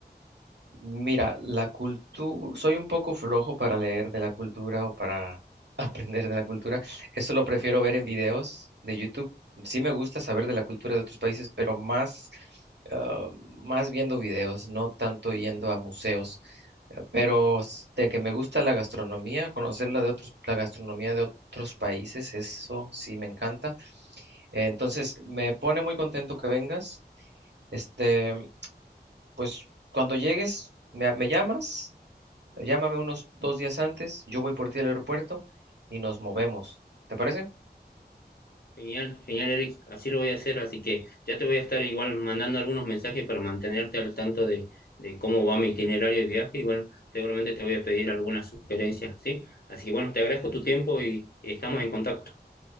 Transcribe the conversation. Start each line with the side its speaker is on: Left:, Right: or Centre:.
Right: Mira, la cultura, soy un poco flojo para leer de la cultura o para <laughs> aprender de la cultura. Eso lo prefiero ver en videos de YouTube. Sí me gusta saber de la cultura de otros países, pero más, ah, más viendo videos, no tanto yendo a museos. Eh, Pero s- de que me gusta la gastronomía, conocer la de otros, la gastronomía de otros países, eso sí me encanta. Eh, Entonces, me pone muy contento que vengas. Este, pues cuando llegues, me, me llamas. Llámame unos dos días antes, yo voy por ti al aeropuerto y nos movemos. ¿Te parece?
Left: Genial, genial, Eric. Así lo voy a hacer. Así que ya te voy a estar igual mandando algunos mensajes para mantenerte al tanto de, de cómo va mi itinerario de viaje. Y bueno, seguramente te voy a pedir algunas sugerencias, ¿sí? Así que bueno, te agradezco tu tiempo y y estamos en contacto.